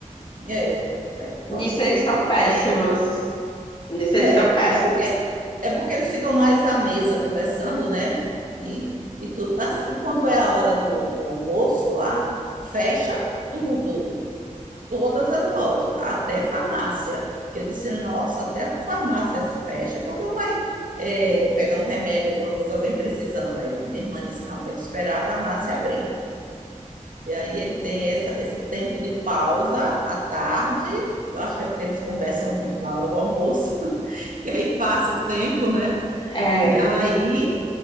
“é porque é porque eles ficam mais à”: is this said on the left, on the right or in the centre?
Right